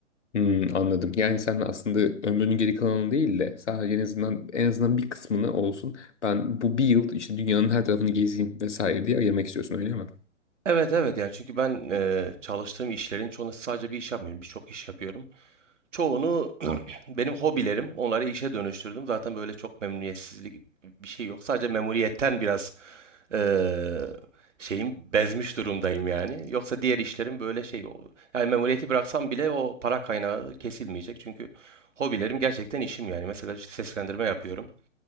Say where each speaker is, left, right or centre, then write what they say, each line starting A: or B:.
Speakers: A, on the left; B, on the right.
A: Hmm, anladım. Yani sen aslında ömrünün geri kalanını değil de sadece en azından en azından bir kısmını olsun. Ben bu bir yıl işte dünyanın her tarafını gezeyim vesaire diye ayırmak istiyorsun öyle mi?
B: Evet evet yani çünkü ben e, çalıştığım işlerin çoğunda sadece bir iş yapmıyorum. Birçok iş yapıyorum. çoğunu <clears throat> benim hobilerim, onları işe dönüştürdüm. Zaten böyle çok memnuniyetsizlik bir şey yok. Sadece memuriyetten biraz eee şeyim bezmiş durumdayım yani. Yoksa diğer işlerim böyle şey o- Yani memuriyeti bıraksam bile o para kaynağı kesilmeyecek. Çünkü hobilerim gerçekten işim yani. Mesela işte seslendirme yapıyorum.